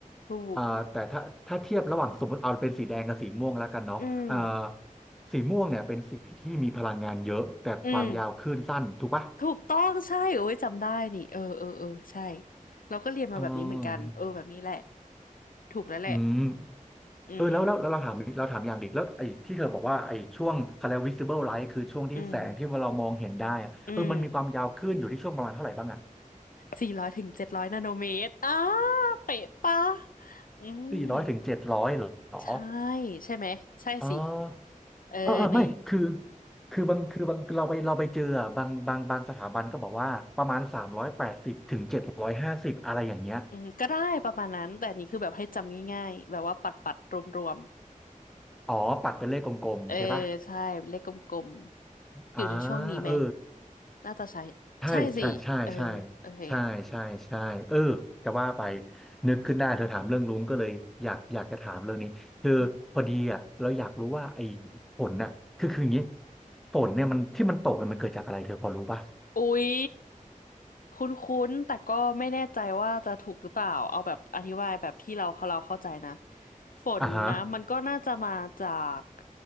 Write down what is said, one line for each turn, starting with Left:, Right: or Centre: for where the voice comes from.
Left: ถูก
Centre: อ่าแต่ถ้าถ้าเทียบระหว่างสมมติเอาเป็นสีแดงกับสีม่วงแล้วกันเนาะอ่า
Left: อืม
Centre: สีม่วงเนี่ยเป็นสีที่มีพลังงานเยอะแต่ความยาวคลื่นสั้นถูกปะ
Left: อืม ถูกต้องใช่โอ้ยจำได้นี่เออเออเออใช่เราก็เรียนมาแบบนี้เหมือนกันเออแบบนี้แหละ
Centre: เออ
Left: ถูกแล้วแหละ
Centre: อืม
Left: อืม
Centre: เออแล้วแล้วแล้วเราถามอีกเราถามอย่างดิแล้วไอ้ที่เธอบอกว่าไอ้ช่วงเขาเร visible light คือช่วงที่แสงที่เรามองเห็นได้อะเออมันมีความยาวขึ้นอยู่ที่ช่วงประมาณเท่าไหร่บ้างอ่ะ
Left: อืมอืมสี่ร้อยถึงเจ็ดร้อยนาโนเมตรอ้าเป๊ะปะอืม
Centre: สี่ร้อยถึงเจ็ดร้อยเหรอ
Left: ใช่ใช่ไหมใช่สิ
Centre: เออ
Left: เออใน
Centre: เออเออไม่คือคือบางคือบางคือเราไปเราไปเจออะบางบางบางสถาบันก็บอกว่าประมาณสามร้อยแปดสิบถึงเจ็ดร้อยห้าสิบอะไรอย่างเงี้ย
Left: อืมก็ได้ประมาณนั้นแต่อันนี้คือแบบให้จำง่ายๆแบบว่าปัดปัดรวมรวม
Centre: อ๋อปัดเป็นเลขกลมๆใช่ปะ
Left: ๆเออใช่เลขกลมๆอยู่ในช่วงนี้ไหม
Centre: อ่าเออ
Left: น่าจะใช่
Centre: ใช่ใช่ใช่ใช่
Left: ใช่สิเออโอเค
Centre: ใช่ใช่ใช่เออจะว่าไปนึกขึ้นได้เธอถามเรื่องลุงก็เลยอยากอยากจะถามเรื่องนี้คือพอดีอ่ะเราอยากรู้ว่าไอ้
Left: อืม
Centre: ฝนน่ะคือคืออย่างนี้ฝนเนี่ยมันที่มันตกเนี่ยมันเกิดจากอะไรเธอพอรู้ป่ะ
Left: อุ๊ย คุ้นๆ แต่ก็ไม่แน่ใจว่าจะถูกหรือเปล่า เอาแบบอธิบายแบบที่เราเราเข้าใจนะฝนนะมันก็น่าจะมาจาก
Centre: อ่าฮะ